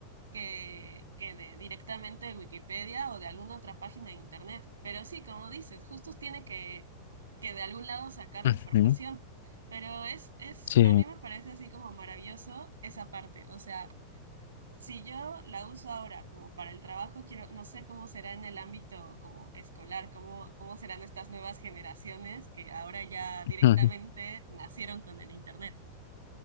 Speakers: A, on the right (about 70°); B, on the left (about 55°).
A: que, que de directamente de Wikipedia o de alguna otra página de internet. Pero sí, como dices, justo tiene que, que de algún lado sacar la
B: ujú,
A: información. Pero es, es,
B: sí.
A: a mí me parece así como maravilloso esa parte, o sea si yo la uso ahora como para el trabajo, quiero, no sé cómo será en el ámbito como escolar, cómo, cómo serán estas nuevas generaciones que ahora ya directamente
B: <laughs>
A: nacieron con el internet.